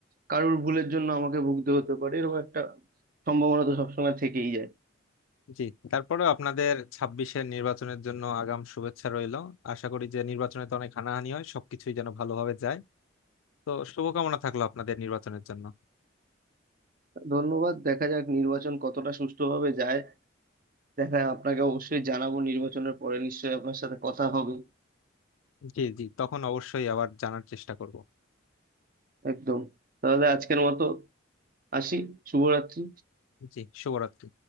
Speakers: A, on the right (about 45°); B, on the left (about 85°).
A: কারোর ভুলের জন্য আমাকে ভুগতে হতে পারে এরকম একটা সম্ভাবনা তো সবসময় থেকেই যায়
B: জি তারপরে আপনাদের ছাব্বিশের নির্বাচনের জন্য আগাম শুভেচ্ছা রইল আশা করি যে নির্বাচনে তো অনেক হানাহানি হয় সবকিছুই যেন ভালোভাবে যায় তো শুভকামনা থাকলো আপনাদের নির্বাচনের জন্য
A: ধন্যবাদ দেখা যাক নির্বাচন কতটা সুষ্ঠুভাবে যায় দেখা আপনাকে অবশ্যই জানাবো নির্বাচনের পরে নিশ্চয়ই আপনার সাথে কথা হবে
B: জি জি তখন অবশ্যই আবার জানার চেষ্টা করব
A: একদম তাহলে আজকের মতো আসি শুভরাত্রি
B: জি শুভরাত্রি